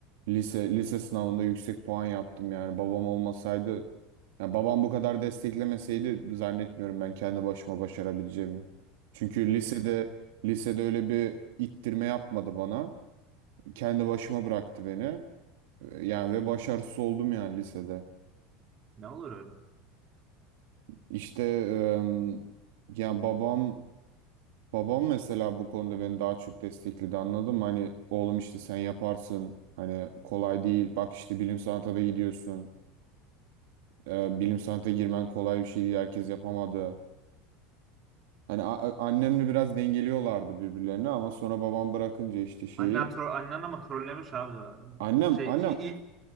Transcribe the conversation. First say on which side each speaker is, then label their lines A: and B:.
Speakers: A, on the right; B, on the right.
A: Lise lise sınavında yüksek puan yaptım yani. Babam olmasaydı ya babam bu kadar desteklemeseydi zannetmiyorum ben kendi başıma başarabileceğimi. Çünkü lisede lisede öyle bir ittirme yapmadı bana. Kendi başıma bıraktı beni. Ee, Yani ve başarısız oldum yani lisede.
B: Ne olur öyle.
A: İşte em, yani babam Babam mesela bu konuda beni daha çok destekledi anladın mı? Hani oğlum işte sen yaparsın. Hani kolay değil. Bak işte bilim sanata da gidiyorsun. Ee, bilim sanata girmen kolay bir şey değil. Herkes yapamadı. Hani a- a- annemle biraz dengeliyorlardı birbirlerini ama sonra babam bırakınca işte şeyi.
B: Annen, tro annen ama trollemiş abi. ya.
A: Annem,
B: Şey
A: annem,
B: iyi, iyi,